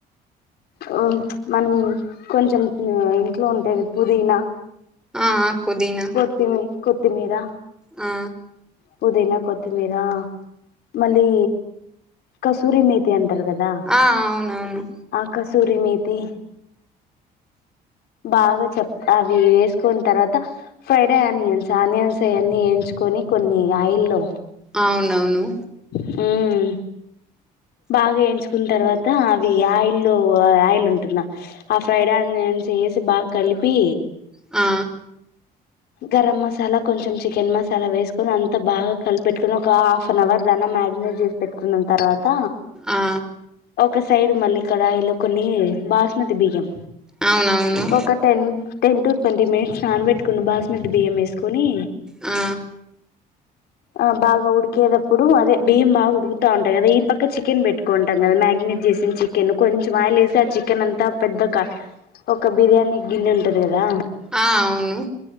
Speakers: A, on the left; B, in the centre.
A: ఆ మనం కొంచెం ఇంట్లో ఉంటేది పుదీనా
B: ఆ ఆ పుదీనా
A: కొత్తిమీ కొత్తిమీరా
B: ఆ
A: పుదీనా కొత్తిమీరా మళ్ళీ కసూరి మేతి అంటరు కదా
B: ఆ అవునవును
A: ఆ కసూరి మేతి బాగా చెప్ అవీ వేసుకోని తర్వాత ఫ్రైడె ఆనియన్స్ ఆనియన్స్ అయన్నీ యేయించుకొని కొన్ని ఆయిల్లో
B: అవునవును
A: మ్మ్ బాగా ఏయించుకున్న తర్వాత అవి ఆయిల్లో ఆయిల్ ఉంటుంద ఆ ఫ్రైడ్ ఆనియన్స్ ఏసి బాగ కలిపి
B: ఆ
A: గరం మసాలా కొంచెం చికెన్ మసాలా వేసుకొని అంత బాగా కలిపెట్కొని ఒక హాఫ్ అన్ అవర్ దాన్న మారినేట్ చే పెట్టుకున్న తర్వాత
B: ఆ
A: ఒక సైడ్ మళ్ళీ కడాయి లో కొన్ని బాస్మతి బియ్యం
B: అవునవును
A: ఒక ten ten to twenty minutes నాన బెట్టుకున్న బాస్మతి బియ్య వేసుకొని
B: ఆ
A: ఆ బాగా ఉడికేటప్పుడు అదే బియ్యం బగా ఉడుకుతా ఉంటాయి కదా ఈ పక్క చికెన్ పెట్ కొంటం కదా మ్యాగినేట్ చేసిన చికెన్ కొంచెం ఆయిలేసి ఆ చికెన్ అంతా పెద్ద క ఒక బిర్యానీ గిన్నె ఉంటది కదా
B: ఆ అవును